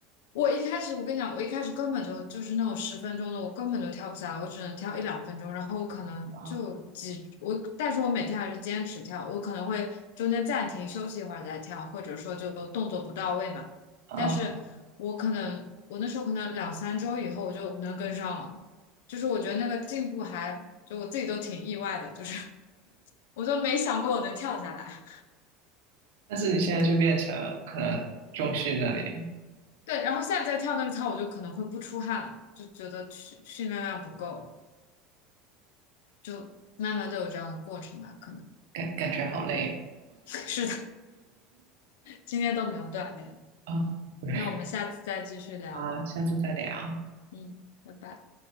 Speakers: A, on the left (about 85°); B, on the right (about 80°).
A: 我一开始我跟你讲，我一开始根本就就是那种十分钟的，我根本就跳不下来，我只能跳一两分钟，然后我可能就几我，
B: 啊
A: 但是我每天还是坚持跳，我可能会中间暂停休息一会儿再跳，或者说就动作不到位嘛。
B: <laughs> 啊！
A: 但是我可能我那时候可能两三周以后我就能跟上了，就是我觉得那个进步还就我自己都挺意外的，就是 <laughs> 我都没想过我能跳下来。
B: 但是你现在就变成可能中训那里，
A: 对，然后现在再跳那个操，我就可能会不出汗了，就觉得训训练量不够，就慢慢都有这样的过程吧，可能
B: 感感觉好累
A: <laughs> 是的，今天都没有锻炼。
B: 啊，对。
A: 那我们下次再继续聊，
B: 好，下次再聊。
A: 嗯，拜拜。